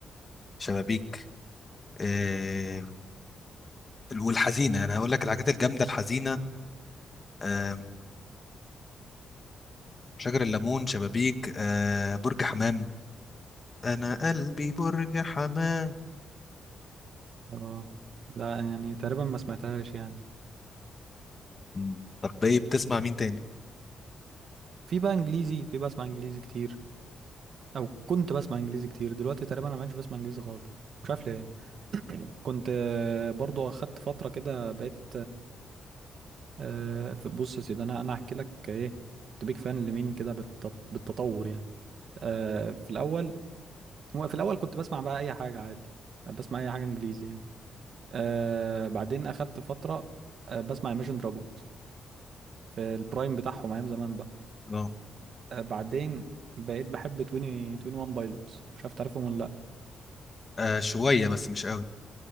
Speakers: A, on the left; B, on the right.
A: شبابيك آه، والحزينه انا هقول لك الحاجات الجامده الحزينه آم، شجر الليمون شبابيك آه، برج حمام انا قلبي برج حمام
B: اه لا يعني تقريبا ما سمعتهاش يعني
A: مم. طب ايه بتسمع مين تاني
B: في بقى انجليزي في بسمع انجليزي كتير او كنت بسمع انجليزي كتير دلوقتي تقريبا انا ما بقتش بسمع انجليزي خالص مش عارف ليه <clears throat> كنت آه، برضو اخدت فترة كده بقيت آه، في- بص يا سيدي انا انا هحكي لك ايه كنت بيك فان لمين كده بالت- بالتطور يعني آه، في الاول هو في الاول كنت بسمع بقى اي حاجة عادي بسمع اي حاجة انجليزي يعني. آه بعدين اخدت فتره آه بسمع Imagine Dragons في البرايم بتاعهم ايام زمان بقى
A: اه
B: آه بعدين بقيت بحب 20 21 بايلوتس مش عارف تعرفهم ولا لا
A: آه، شويه بس مش قوي